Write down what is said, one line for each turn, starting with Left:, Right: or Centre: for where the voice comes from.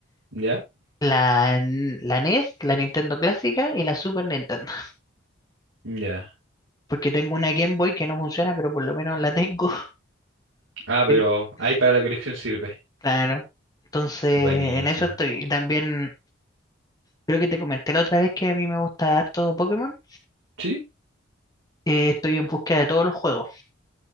Right: ¿Ya?
Left: La, la N- la NES, la Nintendo clásica y la Super Nintendo.
Right: Ya.
Left: Porque tengo una Game Boy que no funciona, pero por lo menos la tengo.
Right: Ah, pero
Left: <laughs>
Right: ahí para la colección sirve.
Left: Claro. Entonces,
Right: Buenísima.
Left: en eso estoy. Y también Creo que te comenté la otra vez que a mí me gusta harto Pokémon.
Right: ¿Sí?
Left: Eh, estoy en búsqueda de todos los juegos.